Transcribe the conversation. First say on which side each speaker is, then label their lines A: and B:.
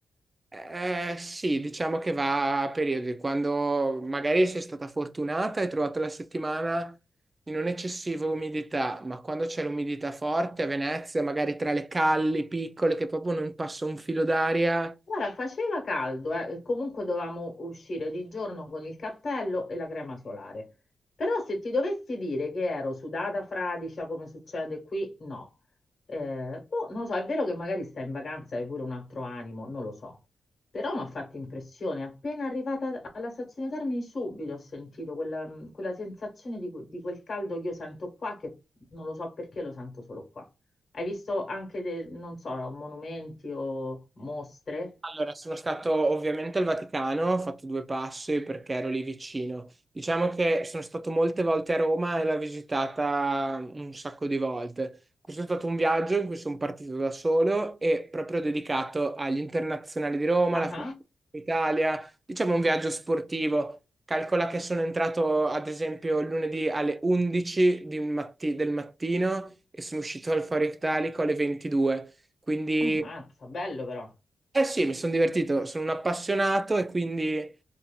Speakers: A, on the right (about 20°); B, on the left (about 45°).
A: eh, sì, diciamo che va a periodi. Quando magari sei stata fortunata e hai trovato la settimana di non eccessiva umidità, ma quando c'è l'umidità forte a Venezia, magari tra le calli piccole che proprio non passa un filo d'aria,
B: Guarda, faceva caldo, eh, e comunque dovevamo uscire di giorno con il cappello e la crema solare. Però se ti dovessi dire che ero sudata fradicia come succede qui, no. Eh, boh, non lo so, è vero che magari stai in vacanza e hai pure un altro animo, non lo so. Però mi ha fatto impressione, appena arrivata alla stazione Termini subito ho sentito quella, mm, quella sensazione di, que- di quel caldo che io sento qua, che non lo so perché lo sento solo qua. Hai visto anche, del- non so, monumenti o mostre?
A: Allora, sono stato ovviamente al Vaticano, ho fatto due passi perché ero lì vicino. Diciamo che sono stato molte volte a Roma e l'ho visitata un sacco di volte. Questo è stato un viaggio in cui sono partito da solo e proprio dedicato agli internazionali di Roma,
B: Ah,
A: alla Fiorentina d'Italia, diciamo un viaggio sportivo. Calcola che sono entrato ad esempio lunedì alle 11 di matti- del mattino e sono uscito al Foro Italico alle 22. Quindi
B: ammazza, bello però.
A: eh sì, mi sono divertito, sono un appassionato e quindi